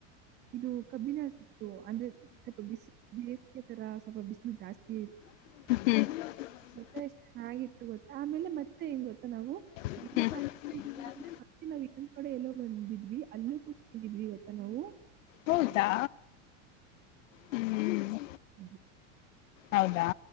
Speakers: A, on the right; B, on the left.
A: ಇದು ಕಬ್ಬಿನ ಸಿಕ್ತು ಅಂದ್ರೆ ಸ್ವಲ್ಪ ಬಿಸಿ ಬೇಸಿಗೆ ತರ ಸ್ವಲ್ಪ ಬಿಸಿನ ಜಾಸ್ತಿ
B: ಹ್ಮ್ <unintelligible>
A: ಗೊತ್ತ ಎಷ್ಟು ಚೆನ್ನಾಗಿತ್ತು ಗೊತ್ತಾ ಆಮೇಲೆ ಮತ್ತೆ ಹೆ್ ಗೊತ್ತಾ ನಾವು
B: ಹ್ಮ
A: ಅಲ್ಲಿ ಪಾನಿಪುರಿ
B: <unintelligible>
A: ತಿಂದ್ರಂದ್ರೆ ಮತ್ತೆ ನಾವವು ಇನ್ನೊಂದ್ ಕಡೆ ಎಲ್ಲೋ ಬಂದಿದ್ವಿ ಅಲ್ಲೂ ಕೂಡ ಬಂದಿದ್ವಿ ಇವತ್ತ ನಾವು
B: ಹೌದಾ ಹ್ಮ್
A: ಹ್ಮ್
B: ಹೌದಾ